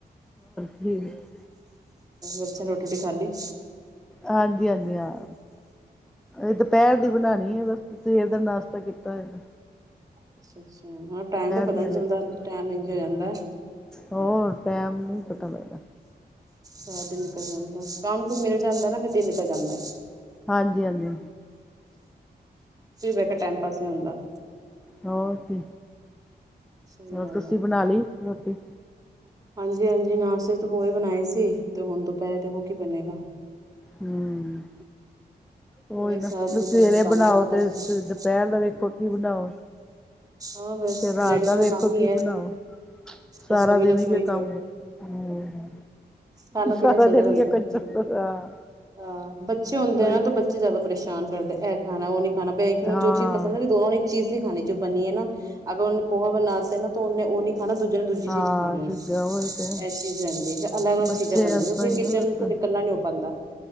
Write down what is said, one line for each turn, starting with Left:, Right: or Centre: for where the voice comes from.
Centre: <inaudible>
Right: ਅੱਛਾ ਰੋਟੀ ਰੁਟੀ ਖਾਲੀ
Centre: ਹਾਂਜੀ-ਹਾਂਜੀ ਹਾਂ ਅਜੇ ਦਪੈਰ ਦੀ ਬਣਾਣੀ ਐ ਬਸ ਸਵੇਰ ਦਾ ਨਾਸ਼ਤਾ ਕੀਤਾ ਹੋਇਆ ਦਾ।
Right: ਅੱਛਾ ਅੱਛਾ ਹ ਟਾਇਮ ਦਾ ਪਤਾ
Centre: ਦੀ
Right: ਨੀ
Centre: ਅਲੱਗ
Right: ਚੱਲਦਾ ਟੈਮ ਇਝ ਹੋ ਜਾਂਦਾ।
Centre: ਹੋਰ ਟੈਮ ਨੀ ਪਤਾ ਲਗਦਾ।
Right: ਚਾਰ ਦਿਨ ਨਿਕਲ ਜਾਂਦਾ ਕੰਮ ਕੁਮ ਮਿਲ ਜਾਂਦਾ ਨਾ ਫਿਰ ਦਿਨ ਨਿਕਲ ਜਾਂਦਾ।
Centre: ਹਾਂਜੀ-ਹਾਂਜੀ
Right: ਫ੍ਰੀ ਰੈ ਕੇ ਟਾਈਮ ਪਾਸ ਨੀ ਹੁੰਦਾ।
Centre: ਹੋਰ ਕੀ,
Right: ਸਹੀ
Centre: ਹੋਰ
Right: ਗੱਲ
Centre: ਤੁਸੀਂ
Right: ਆ
Centre: ਬਣਾ ਲੀ ਰੋਟੀ?
Right: ਹਾਂਜੀ, ਹਾਂਜੀ ਨਾਸਤੇ ਚ ਤੇ ਪੋਹੇ ਬਣਾਏ ਸੀ ਤੇ ਹੁਣ ਦੁਪਹਿਰੇ ਦੇਖੋ ਕੀ ਬਣੇਗਾ।
Centre: ਹਮ। ਉਹੀ
Right: ਇਹ
Centre: ਨਾ
Right: ਸਾਰਾ ਦਿਨ
Centre: ਸਵੇਰੇ
Right: ਕਰਨ ਦਾ ਕੰਮ
Centre: ਬਣਾਓ
Right: ਦਾ ਪਤਾ
Centre: ਤੇ
Right: ਨੀ ਚੱਲਦਾ
Centre: ਦੁਪਹਿਰ ਦਾ ਵੇਖੋ ਕੀ ਬਣਾਓ।
Right: ਹਾਂ ਬਸ
Centre: ਤੇ ਰਾਤ
Right: ਲੇਡੀਜ਼ਾਂ
Centre: ਵੇਖੋ
Right: ਦਾ ਕੰਮ ਏ
Centre: ਕੀ
Right: ਈ ਐ।
Centre: ਬਣਾਓ ਸਾਰਾ
Right: ਰਸੋਈ,
Centre: ਦਿਨ
Right: ਰਸੋਈ
Centre: ਹੀ ਇਹ ਕੰਮ ਹਮ
Right: ਖਾਣਾ ਪੀਣਾ
Centre: ਸਾਰਾ
Right: ਚੱਲਦਾ
Centre: ਦਿਨ
Right: ਰਹਿੰਦਾ।
Centre: ਹੀ ਕੁਛ ਹਾਂ
Right: ਹਾਂ, ਬੱਚੇ ਹੁੰਦੇ
Centre: ਸਹੀ
Right: ਨਾ ਤੇ
Centre: ਹੈ
Right: ਬੱਚੇ। ਜ਼ਿਆਦਾ ਪਰੇਸ਼ਾਨ ਕਰਦੇ ਇਹ ਖਾਣਾ ਉਹ ਨਹੀਂ ਖਾਣਾ ਇੱਕ ਨੂੰ
Centre: ਹਾਂ
Right: ਜੋ ਚੀਜ਼ ਪਸੰਦ ਐ ਵੀ ਦੋਨਾਂ ਨੂੰ ਇੱਕ ਚੀਜ਼ ਨਹੀਂ ਖਾਣੀ ਜੋ ਬਣੀਏ ਨਾ ਅਗਰ ਉਹਨੇ ਪੋਹੇ ਬਣਾਤੇ ਨਾ ਤਾਂ ਉਹਨੇ ਉਹ ਨੀ ਖਾਣਾ ਦੂਜੇ ਨੂੰ ਦੂਜੀ ਚੀਜ਼
Centre: ਹਾਂ
Right: ਖਾਣੀ ਐ।
Centre: ਦੂਜਾ ਹੋਏ ਤੇ
Right: ਇਹ ਚੀਜ਼ ਰਹਿੰਦੀ ਹ ਫਿਰ ਅਲੱਗ ਅਲੱਗ
Centre: ਬੱਚੇ
Right: ਚੀਜ਼ਾਂ ਬਣਦੀਆਂ
Centre: ਇਸ ਤਰ੍ਹਾਂ
Right: ਫਿਰ
Centre: ਹੀ
Right: ਕਿਚਨ
Centre: ਹੈ ਬਸ
Right: ਤੋਂ ਨਿਕਲਣਾ ਨੀ ਹੋ ਪਾਉਂਦਾ।